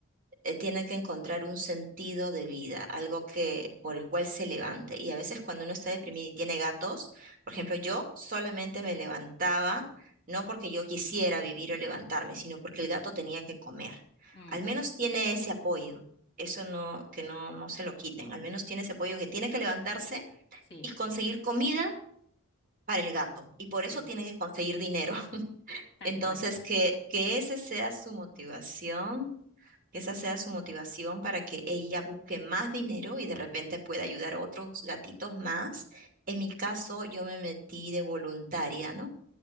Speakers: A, on the right; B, on the left.
A: eh, tiene que encontrar un sentido de vida, algo que por el cual se levante. Y a veces cuando uno está deprimido y tiene gatos, por ejemplo, yo solamente me levantaba, no porque yo quisiera vivir o levantarme, sino porque el gato tenía que comer.
B: Mm.
A: Al menos tiene ese apoyo. Eso no, que no, no se lo quiten. Al menos tiene ese apoyo que tiene que levantarse
B: Sí,
A: y conseguir comida para el gato. Y por
B: sí,
A: eso tiene que conseguir dinero. <laughs>
B: tal
A: Entonces,
B: cual.
A: que, que ese sea su motivación esa sea su motivación para que ella busque más dinero y de repente pueda ayudar a otros gatitos más. En mi caso, yo me metí de voluntaria, ¿no?